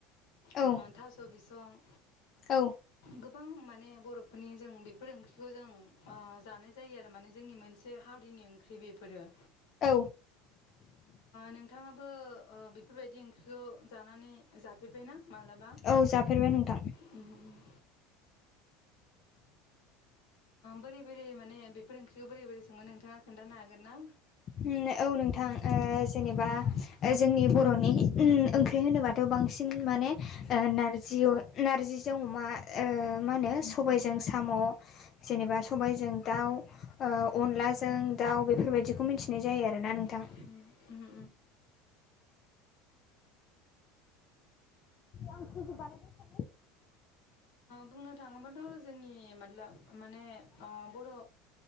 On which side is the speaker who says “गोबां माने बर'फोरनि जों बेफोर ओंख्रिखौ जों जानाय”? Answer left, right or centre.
Left